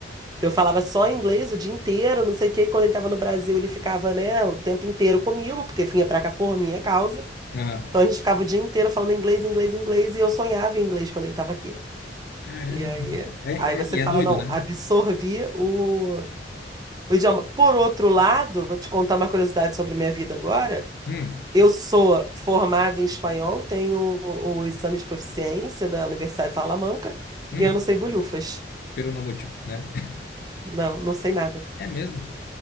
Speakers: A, on the right; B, on the left.
A: Eu falava só inglês o dia inteiro, não sei o quê. E Quando ele estava no Brasil, ele ficava, né, o tempo inteiro comigo, porque vinha pra cá por minha causa.
B: Aham.
A: Então a gente ficava o dia inteiro falando inglês, inglês, inglês, e eu sonhava em inglês quando ele estava aqui.
B: Caramba,
A: E aí,
B: cara. É,
A: aí você
B: é- e
A: fala,
B: é doido,
A: não,
B: né?
A: absorvi o o idioma. Por outro lado, vou te contar uma curiosidade sobre minha vida agora.
B: Hum,
A: Eu sou formada em espanhol, tenho o, o exame de proficiência da Universidade de Salamanca
B: hum,
A: e eu não sei bolhufas.
B: pero no mucho, né? <laughs>
A: Não, não sei nada.
B: É mesmo?